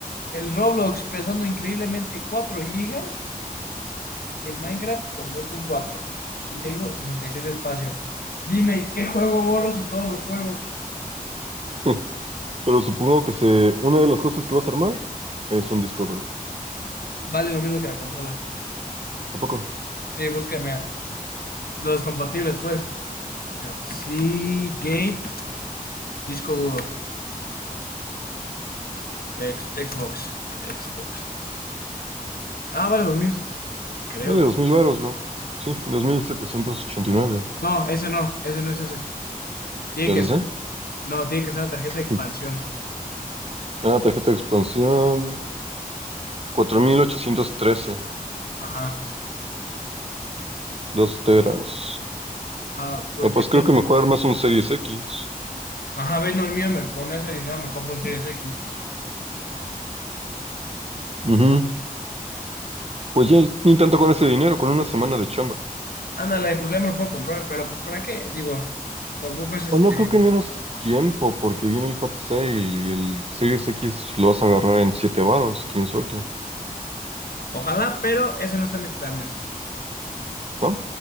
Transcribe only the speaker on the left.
el Roblox pesando increíblemente 4 gigas y el Minecraft con dos coma cuatro Y tengo 66 de espacio. Dime, ¿qué juego borro si todos los juego?
Vale lo mismo que la consola.
Sí, búscame a los compatibles, pues. Mira, Seagate, disco duro, ex- Xbox, Xbox. Ah, vale dos mil creo.
No, ese no, ese no es ese. Tiene
que ser, no, tiene que ser la tarjeta de expansión.
Ajá.
Ah, porque
te...
Ajá, ves, no, el mío me, con ese dinero me compro un Series X.
Ándale, pues ya me lo puedo comprar, pero pues ¿para qué? Digo, tampoco es este,
ojalá, pero ese no está en mis planes.